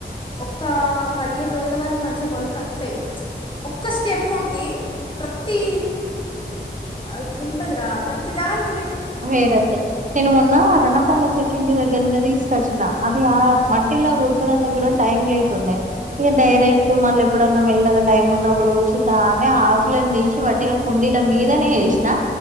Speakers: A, on the left; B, on the right.
A: ఒక్క పదిహేను రోజుల వరకు మంచిగా మొళకత్తయ్ ఒక్క స్టెమ్ కి ప్రతీ ఇట్లా ఉంటదిరా ప్రతి దాని
B: వేరోత్తాయి నేను మొన్న రనపాలా చెట్ కింది దగ్గర నుండే తీసుకొచ్చినా అట్లా మట్టిలో కూర్చడంలో కూడా టైం లేకుండే ఇగ డైరెక్ట్ మళ్ళీ ఎప్పుడన్నా మెల్లగా టైమ్ ఉన్నప్పుడు కూర్చుతానే ఆకులను తీసి వట్టిగా కుండి ఇలా మీదనే ఎషినా